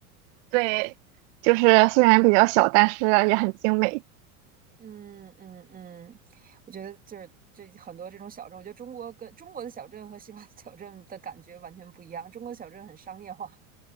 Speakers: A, on the right (about 55°); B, on the right (about 20°).
A: 对，就是虽然比较小，但是也很精美。
B: 嗯嗯嗯，我觉得就是这很多这种小镇，我觉得中国跟中国的小镇和西方的小镇的感觉完全不一样。中国的小镇很商业化，